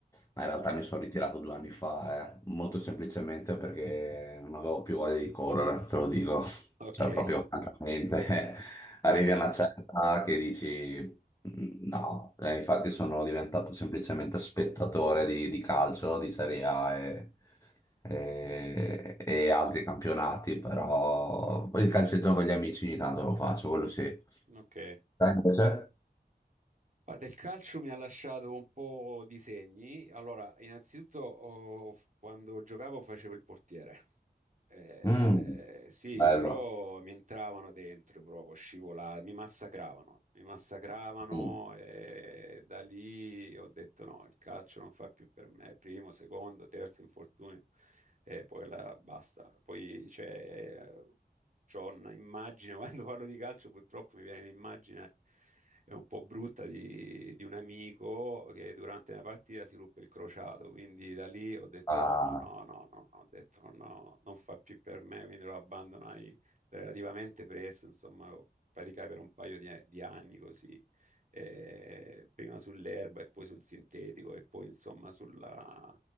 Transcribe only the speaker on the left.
ma in realtà mi sono ritirato due anni fa, eh, molto semplicemente perché non avevo più voglia di correre, te lo dico.
Cioè, proprio francamente, <laughs> arrivi
a una certa che dici "Mm, no, Eh, infatti sono diventato semplicemente spettatore di, di calcio, di Serie A e, e- e altri campionati, però il calcetto con gli amici ogni tanto lo faccio, quello sì.
Te invece?
Mm,
bello.
Mm,
ah,